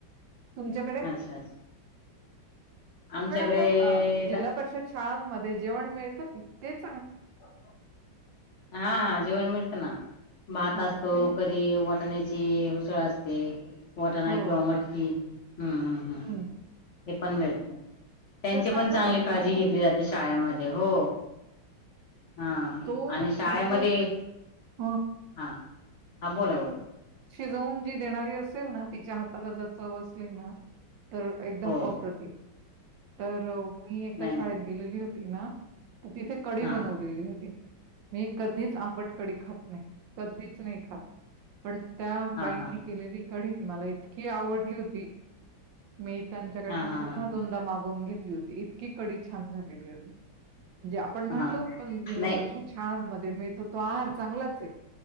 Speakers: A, on the right; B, on the left.
A: तुमच्याकडे <inaudible>
B: अच्छा अच्छा आमच्याकडे
A: पण आता अ जिल्हा
B: दा-
A: परिषद शाळा जेवण मिळत की तेच
B: <inaudible> हा हा जेवण मिळत ना भात
A: हां,
B: असतो
A: ते
B: कधी वाटण्या ची मीसळ असते. वटाणा
A: हो.
B: किंवा मटकी. हम्म, हम्, हम्.
A: हं.
B: हे पण भेटतं. त्यांची
A: ते चांगलं
B: पण चांगली
A: लागतं
B: काळजी
A: ना
B: घेतली
A: पण.
B: जाते शाळेमध्ये हो. हा
A: तो
B: आणि शाळेमध्ये
A: तिथे ह
B: हा हा बोला-बोला.
A: शिजवून जी देणारी असेल ना तिच्या हाताला जर चव असली ना तर एकदम
B: हो
A: अप्रतिम <inaudible> तर मी एकदा
B: नाही
A: शाळेत
B: नाही
A: गेलेली हो ते ना. तर तिथे कडी
B: हा
A: बनवलेली होती. मी कधीच आंबट कडी खात नाही. कधीच सुनेखा. पण त्या
B: हा
A: बाईंनी
B: हा
A: केलेली कडी मला इतकी आवडली होती. <inaudible> मी त्यांच्याकडनं
B: हा हा
A: पुन्हा
B: हा
A: दोनदा मागवून घेतली होती. की कडी छान झालेली होती. म्हणजे आपण म्हणतो
B: हा
A: पण जिल्हा
B: नाही
A: परिषद शाळांमध्ये मिळतो. तो आहार चांगलाच आहे.